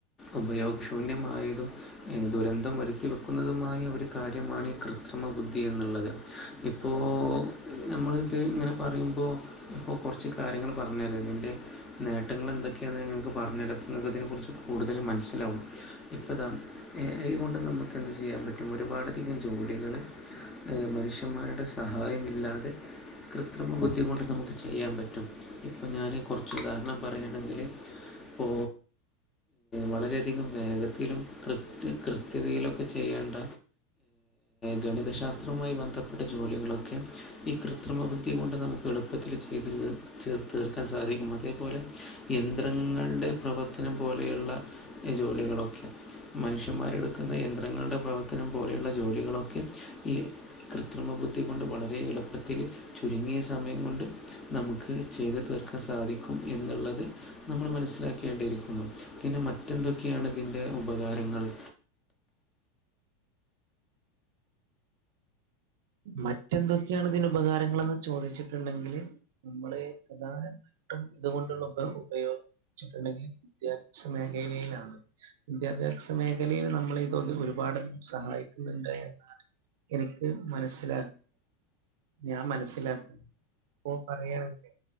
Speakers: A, on the left; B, on the right.
A: ഉപയോഗശൂന്യമായതും ദുരന്തം വരുത്തി വരുത്തി വെക്കുന്നതുമായ ഒരു കാര്യമാണ് ഈ കൃത്രിമ ബുദ്ധി എന്നുള്ളത് ഇപ്പോ നമ്മൾ ഇത് ഇങ്ങനെ പറയുമ്പോ ഇപ്പോ കുറച്ച് കാര്യങ്ങൾ പറഞ്ഞുതരുന്നുണ്ടെ നേട്ടങ്ങൾ എന്തൊക്കെയാെന്ന് ഞങ്ങൾക്ക് പറഞ്ഞ നിങ്ങൾക്കതിനെ കുറിച്ച് കൂടുതൽ മനസ്സിലാവും ഇപ്പ താ അതൊണ്ട് നമുക്ക് എന്ത് ചെയ്യും ചെയ്യാൻ പറ്റും ഒരുപാടധികം ജോലികൾ മനുഷ്യന്മാരുടെ സഹായമില്ലാതെ കൃത്രിമ ബുദ്ധി കൊണ്ട് നമുക്ക് ചെയ്യാൻ പറ്റും ഇപ്പ ഞാന് കുറച്ച് ഉദാഹരണം പറയാണെങ്കിൽ ഓ വളരെയധികം വേഗത്തിലും കൃത്യ കൃത്യതയിലൊക്കെ ചെയ്യേണ്ട ഗണിതശാസ്ത്രവുമായി ബന്ധപ്പെട്ട ജോലികളൊക്കെ ഈ കൃത്രിമ ബു ബുദ്ധി കൊണ്ട് നമുക്ക് എളുപ്പത്തിൽ ചെയ്ത് ചേർ തീർക്കാൻ സാധിക്കും അതേപോലെ യന്ത്രങ്ങളുടെ പ്രവർത്തനം പോലെയുള്ള ഈ ജോലികളൊക്കെ മനുഷ്യന്മാരെടുക്കുന്ന യന്ത്രങ്ങളുടെ പ്രവർത്തനം പോലെയുള്ള ജോലികളൊക്കെ ഈ കൃത്രിമ ബുദ്ധി കൊണ്ട് വളരെ എളുപ്പത്തില് ചുരുങ്ങിയ സമയം കൊണ്ട് നമുക്ക് ചെയ്ത് തീർക്കാൻ സാധിക്കും എന്നുള്ളത് നമ്മൾ മനസ്സിൽ മനസ്സിലാക്കേണ്ടിയിരിക്കുന്നു പിന്നെ മറ്റെന്തൊക്കെയാണ് ഇതിൻ്റെ ഉപകാരങ്ങള്
B: <inaudible> മറ്റെന്തൊക്കെയാണ് ഇതിന് ഉപകാരങ്ങളന്ന് ചോദിച്ചിട്ടുണ്ടെങ്കില് നമ്മള് പ്രധാന ട്ടും ഇത് കൊണ്ടുള്ള ഉപയോഗ, ഉപയോഗിച്ചിട്ടുണ്ടെങ്കി, വിദ്യാ ച്ച മേഖലയിലാണ്. ദ്യ ജാരിച്ച മേഖലയില് നമ്മളെ ഇതോ ഇതൊരുപാട് സഹായിക്കുന്നുണ്ട് എന്നാണ് എനിക്ക് മന സില ഞാൻ മനസ്സിലാ പൊ പറയാണെങ്കിലെ